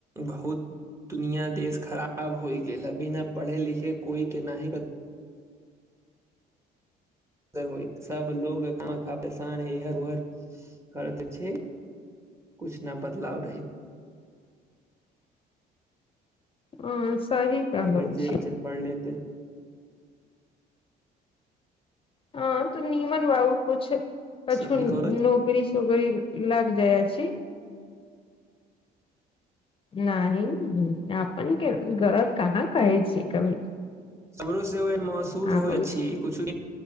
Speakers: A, on the right; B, on the left.
A: बहुत दुनिया देस खराब होइ गेल, बिना पढ़े-लिखे कोइके नाहि हो सब लोग खाना परेशान है इह उहर करत छै <unintelligible> कुछ न बदलाव रहै
B: हॅं, सही कहलहु
A: अगर जे
B: छी
A: बच्चन पढ़ लेते
B: हँ तऽ नीमन बा, उ कुछ कछु
A: सही कर
B: नोक री-सोकरी लग जाइ अछि नहि अपन के गरत कहाँ कहै छै कभी
A: समरो से महसूस
B: अपन
A: होइ अच्छी कु छु